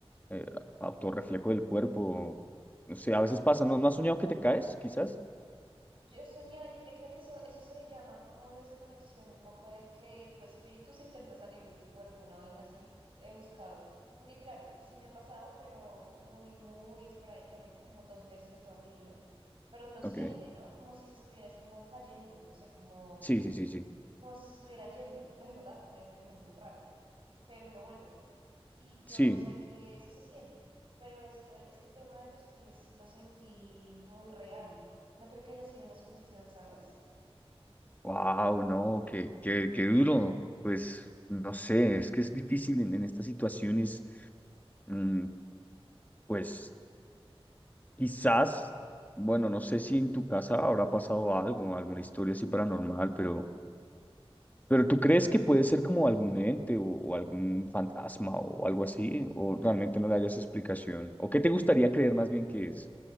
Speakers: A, on the left (about 15°); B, on the right (about 55°).
A: eh, autorreflejo del cuerpo. O sea, a veces pasa, ¿no? ¿No has soñado que te caes, quizás?
B: Yo soñé y te creo que eso, eso se llama como desconexión, un poco de que tu espíritu se intenta salir de tu cuerpo, una vaina así he buscado. Porque claro, sí me ha pasado, pero muy, muy esporádicamente, como dos veces en toda mi vida. Pero uno siente,
A: Ok.
B: ¿no? Como si se estuvieras como cayendo, no sé, como,
A: Sí, sí, sí, sí.
B: como si se estuviera yendo, de verdad, de este mundo, raro. Pero uno vuelve. y yo
A: Sí.
B: sé que eso se siente, pero este, este tema de los pies sí lo sentí muy real. No creo que haya sido una sugestión, ¿sabes?
A: wow, no, qué, qué, qué duro. Pues, no sé, es que es difícil en, en estas situaciones. mm, pues, quizás, bueno, no sé si en tu casa habrá pasado algo, alguna historia así paranormal, pero, pero ¿tú crees que puede ser como algún ente o, o algún fantasma o algo así? ¿O realmente no le hayas explicación? ¿O qué te gustaría creer más bien que es?